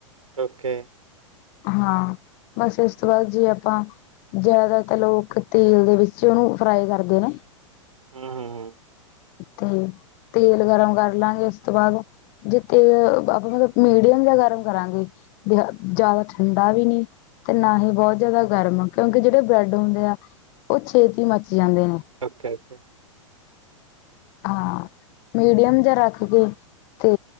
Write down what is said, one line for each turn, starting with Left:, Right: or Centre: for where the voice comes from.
Right: ਉਕੇ
Left: ਹਾਂ ਬਸ ਇਸ ਤੋਂ ਬਾਅਦ ਜੇ ਆਪਾਂ ਜਾਦਾਤਰ ਲੋਕ ਤੇਲ ਦੇ ਵਿੱਚ ਓਨੂੰ ਫਰਾਈ ਕਰਦੇ ਨੇ।
Right: ਹੂੰ-ਹੂੰ-ਹੂੰ।
Left: ਤੇ ਤੇਲ ਗਰਮ ਕਰ ਲਾਂਗੇ, ਉਸ ਤੋਂ ਬਾਦ ਜੇ ਤੇਲ ਆਪਾਂ ਮਤਲਬ ਜਾ ਗਰਮ ਕਰਾਂਗੇ, ਜਾਦਾ ਠੰਡਾ ਵੀ ਨੀ ਤੇ ਨਾ ਹੀ ਬੋਤ ਜਾਦਾ ਗਰਮ, ਕਿਉਂਕਿ ਜੇੜੇ ਬ੍ਰੈਡ ਹੁੰਦੇ ਆ, ਓ ਛੇਤੀ ਮੱਚ ਜਾਂਦੇ ਨੇ।
Right: ਓਕੇ-ਓਕੇ।
Left: ਹਾਂ, ਮੀਡੀਅਮ ਜਾ ਰੱਖ ਕੇ। ਤੇ